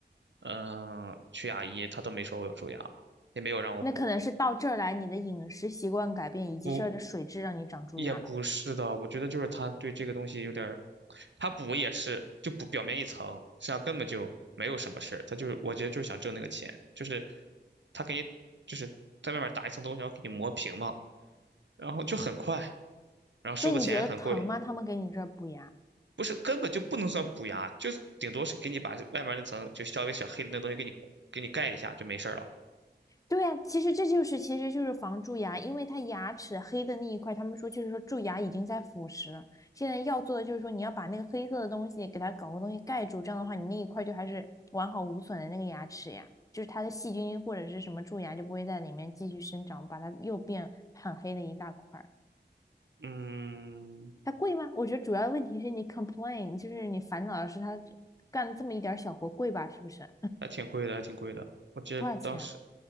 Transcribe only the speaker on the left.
那可能是到这儿来，你的饮食习惯改变，以及这儿的水质让你长蛀牙了。
那你觉得疼吗？他们给你这儿补牙。
对呀、啊其实这就是其实就是防蛀牙，因为它牙齿黑的那一块，他们说就是说蛀牙已经在腐蚀了。现在要做的就是说你要把那个黑色的东西给它搞个东西盖住，这样的话你那一块就还是完好无损的那个牙齿呀，就是它的细菌或者是什么蛀牙就不会在里面继续生长，把它又变很黑的一大块。
它贵吗？我觉得主要的问题是你 complain，就是你烦恼的是它这干这么一点小活贵吧？是不是？
多少钱啊？